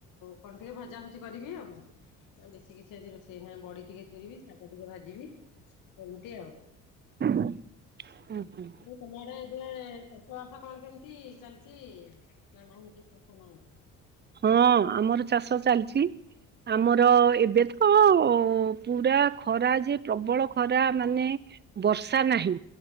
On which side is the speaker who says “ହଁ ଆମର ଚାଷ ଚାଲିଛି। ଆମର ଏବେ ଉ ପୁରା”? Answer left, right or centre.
Right